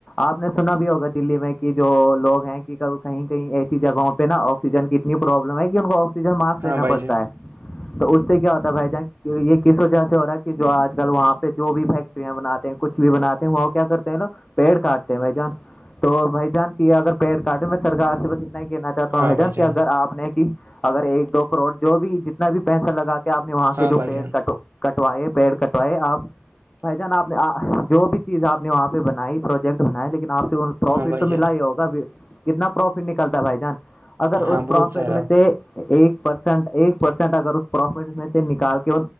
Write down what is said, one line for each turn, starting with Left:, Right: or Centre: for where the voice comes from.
Left: آپ نے سنا بھی ہوگا دلی میں کہ جو لوگ ہیں کہ کہیں ایسی جگہوں پہ نا آکسیجن کیتنی پرابلم ہے کہ کو آکسی ج مارکس لینا
Right: ہاں بھائی
Left: پڑتا
Right: جان
Left: ہے تو اس سے کیا ہوتا ہے بھائی جان کہ یہ کس وجہ سے ہو رہا ہے کہ جو آج کل وہاں پہ جو بھی فیکٹریاں بناتے ہیں کچھ بھی بناتے ہیں وہ کیا کرتے ہیں نا پیڑ کاٹتے ہیں بھائی جان تو بھائی جان کی اگر پیڑ کاٹے میں سرکار سے بس اتنا ہی کہنا چاہتا
Right: ہاں
Left: ہوں بھجان
Right: بھائی جان
Left: کہ اگر آپ کی اگر ایک دو کروڑ جو بھی جتنا بھی پیسہ لگا کے آپ نے وہاں
Right: ہاں
Left: کے جو
Right: بھائی
Left: پیڑ
Right: جان
Left: کٹ کٹ وئے پیڑ کٹوائے آپ بھائی جان آپ نے جو بھی چیز آپ نے وہاں پہ بنائی پروجیکٹ بنائے لیکن آپ سےہ پروفٹ
Right: ہاں بھائی
Left: تو
Right: جان
Left: ملا ہی ہوگا کتنا پروفٹ نکلتا بھائی جان اگر
Right: ہاں
Left: اس پروفٹ
Right: بہت سارا
Left: میں سے ایک پرسینٹ ایک پرسینٹ اگر اس پروفٹ میں سے نکال کے